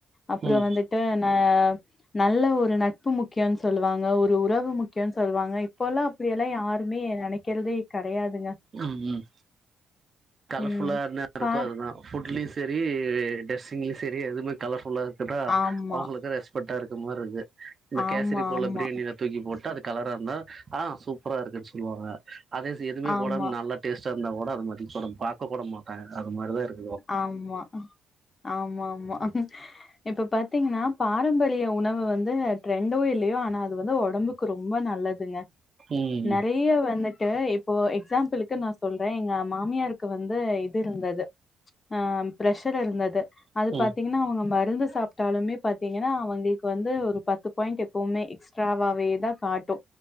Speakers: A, on the left; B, on the right.
A: அப்புற
B: ம்
A: வந்துட்டு ஆ நல்ல ஒரு நட்பு முக்கியம்ன்னு சொல்லுவாங்க ஒரு உறவு முக்கியம்னு சொல்லுவாங்க இப்போ எல்லா இப்டியெல்லா யாருமே நெனைக்கிறதே கெடையாதுங்க
B: ம் ம் கலர்
A: ம்.
B: ஃபுல்லா என்னா இருக்கே
A: பா
B: அதுதா ஃபுட்லேயூ செரி டிரெஸ்ஸிங்லியூ செரி எதுவ்வுமே கலர் ஃபுல்லா இருக்கற்த்தாந்
A: ஆமா,
B: அவங்களுக்கு ரெஸ் பக்டா இருக்குர மாரீ இருக்கு இந்த
A: ஆமா,
B: கேசரி போல
A: ஆமா,
B: பிரியாணில தூக்கி போட்டா அது கலராருந்தா ஆ சூப்பரா இருக்குன்னு சொல்லுவாங்க அதே எதுமே
A: ஆமா,
B: போடாம நல்லா டேஸ்ட்டா இருந்தா கூட அத மதிக் கூட பாக்க கூட மாட்டாங்க அது மாிதா இருக்
A: ஆம்மா ஆமாம்மா இப்ப பாத்தீங்கன்னா பாரம்பரிய உணவு வந்து ரெண்டோ இல்லயோ ஆனா அது வந்து ஒடம்புக்கு ரொம்ப நல்லதுங்க
B: ம்
A: நெறய வந்துட்டு இப்போ எக்ஸாம்பிள் க்கு நா சொல்றே எங்க மாமியாருக்கு வந்து இது இருந்தது ஆ ப்ரஷர் இருந்தது
B: ம்
A: அது பாத்திங் இன்னோ அவுங்க மருந்து சாப்டாலுமே பாத்தீங்கன்னா அவங்களுக்கு வந்து ஒரு பத்து பாயிண்ட் எப்பவுபோமே எக்ஸ்ட்ராவாவேதா காட்டூ